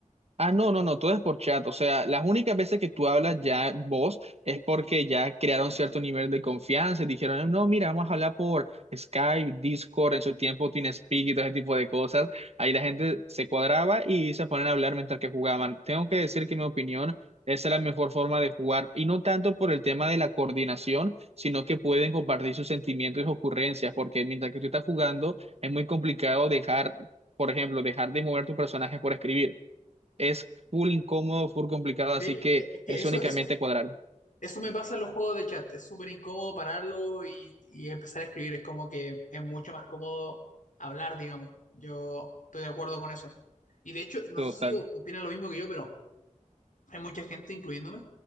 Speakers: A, on the right (about 50°); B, on the left (about 70°).
A: Ah, no, no, no, todo es por chat. O sea, las únicas veces que tú hablas ya vos es porque ya crearon cierto nivel de confianza y dijeron, no, mira, vamos a hablar por Skype, Discord, en su tiempo TeamSpeak y todo ese tipo de cosas. Ahí la gente se cuadraba y se ponían a hablar mientras que jugaban. Tengo que decir que en mi opinión, esa es la mejor forma de jugar y no tanto por el tema de la coordinación, sino que pueden compartir sus sentimientos y sus ocurrencias, porque mientras que tú estás jugando, es muy complicado dejar, por ejemplo, dejar de mover tu personaje por escribir. Es full incómodo, full complicado, así
B: Sí,
A: que
B: es es que
A: es
B: eso,
A: únicamente
B: eso,
A: cuadrar.
B: eso me pasa en los juegos de chat, es súper incómodo pararlo y, y empezar a escribir, es como que es mucho más cómodo hablar, digamos, yo estoy de acuerdo con eso. Y de hecho, no
A: Total.
B: sé si o- opinan lo mismo que yo, pero Hay mucha gente, incluyéndome,